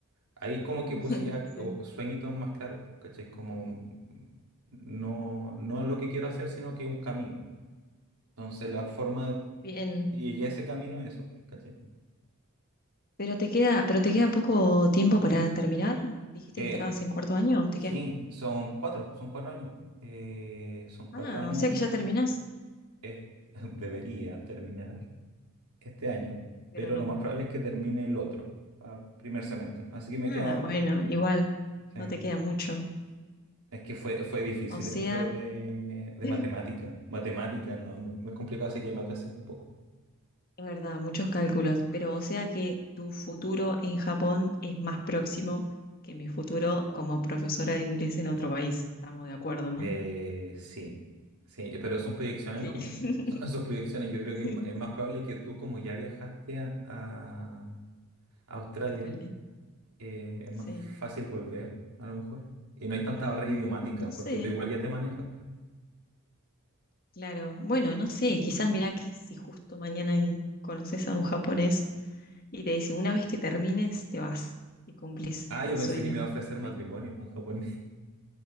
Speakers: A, on the right (about 80°); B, on the left (about 40°).
A: ahí como que
B: <laughs>
A: puse ya
B: Sí.
A: o- sueñitos más claros, ¿cachai? Como no, no lo que quiero hacer, sino que un camino. Entonces la forma,
B: Bien.
A: y llegué a ese camino es eso, ¿cachai?
B: Pero te queda, pero te queda poco tiempo para terminar. Dijiste
A: Eh,
B: que estabas en cuarto año. ¿Te
A: sí,
B: queda?
A: son cuatro, son cuatro años. Eh, son cuatro
B: Ah,
A: años,
B: o sea que ya terminás,
A: es- <laughs> debería terminar este año,
B: pero
A: pero
B: no.
A: lo más probable es que termine el otro, ah, primer semestre. Así que me
B: Ah,
A: queda...
B: bueno, igual,
A: sí.
B: no te queda mucho.
A: Es que fue, fue difícil
B: O sea,
A: esto de, de
B: <laughs>
A: matemática. Matemática, ¿no? Muy, muy complicado, así que me atrasé un poco.
B: Es verdad, muchos cálculos, pero o sea que tu futuro en Japón es más próximo que mi futuro como profesora de inglés en otro país. Estamos de acuerdo, ¿no?
A: Eh, sí, sí, pero son proyecciones
B: Sí.
A: nomás.
B: <laughs>
A: <laughs> Son, son proyecciones. Yo creo que
B: Sí.
A: es m- es más probable que tú, como ya viajaste a, a- a Australia,
B: Australia.
A: eh, es más
B: Sí.
A: fácil volver, a lo mejor. Y no hay tanta
B: Mm,
A: barrera idiomática,
B: no
A: porque
B: sé,
A: tú igual ya te manejas.
B: claro. Bueno, no sé, quizás mirá que si justo mañana en- conoces a un japonés y te dice, una vez que termines, te vas y cumplís
A: Ah,
B: el
A: yo pensé
B: sueño
A: que me iba a ofrecer
B: de...
A: matrimonio un japonés. <laughs>